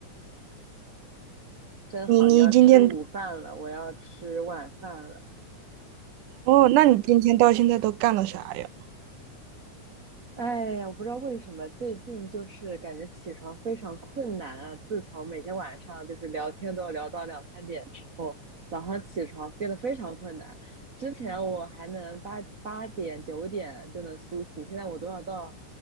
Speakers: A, on the right; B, on the right.
A: 真好，
B: 你你今天
A: 你要吃午饭了，我要吃晚饭了。
B: 哦，那你今天到现在都干了啥呀？
A: 哎呀，我不知道为什么最近就是感觉起床非常困难啊。自从每天晚上就是聊天都要聊到两三点之后，早上起床变得非常困难。之前我还能八八点九点就能苏醒，现在我都要到